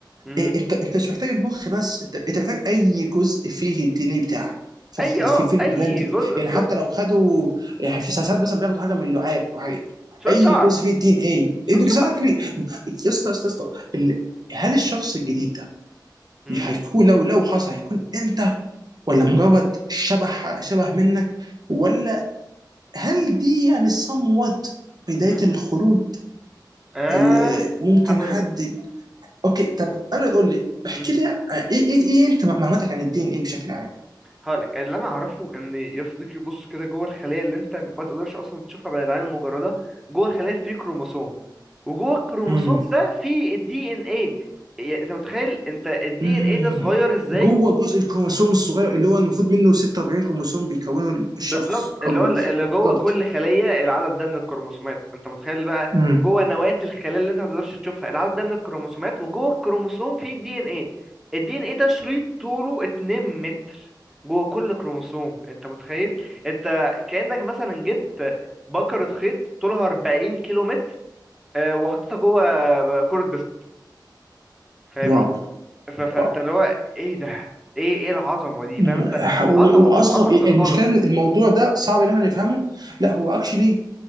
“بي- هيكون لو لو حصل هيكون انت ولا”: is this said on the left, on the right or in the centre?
Right